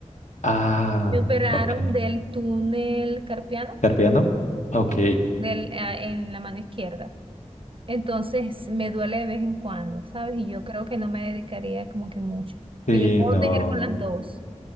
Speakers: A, on the left; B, on the right.
A: Ah,
B: Me operaron
A: ok.
B: del túnel carpiano,
A: ¿Carpeano? Ok.
B: sí, del, ah, en la mano izquierda. Entonces me duele de vez en cuando, ¿sabes? Y yo creo que no me dedicaría como que mucho.
A: Sí,
B: Que yo puedo
A: no,
B: tejer con las dos.